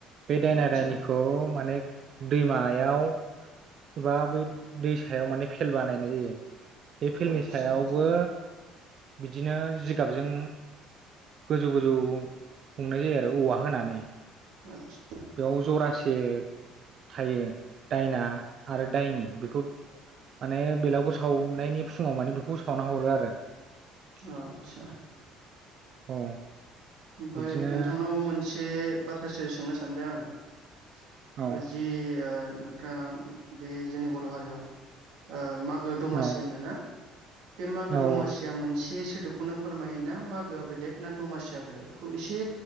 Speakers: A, on the right; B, on the right.
A: बे दायना-दायनिखौ
B: आदसा
A: माने दैमायाव एबा बै दै सायाव माने भेल बानायनाय जायो। बे भेलनि
B: आदसा
A: सायावबो
B: आदसा
A: बिदिनो जिगाबजों गोजौ गोजौ संनाय जायो आरो औवा होनानै
B: आतस
A: बेयाव जरासे थायो दायना आरो दायनि बेखौ माने बेलागुर सावनायनि फुङाव माने बेखौ सावना हरो आरो
B: आतसा
A: औ
B: ओमफाय
A: बिदिनो
B: नोंथांनाव मोनसे बाथ्रासो सोंनो सान बे आङो
A: औ
B: जि ओ नोंथां बे जोंनि बर' हारियाव ओ माग मागो-दमासि
A: औ
B: होनोना? बे मागो-दमासिया
A: औ
B: मोनसे सोदोब बेखौनो फोरमायो ना? मागोआ बेलेग ना दमासिया बेलेग बेखौ एसे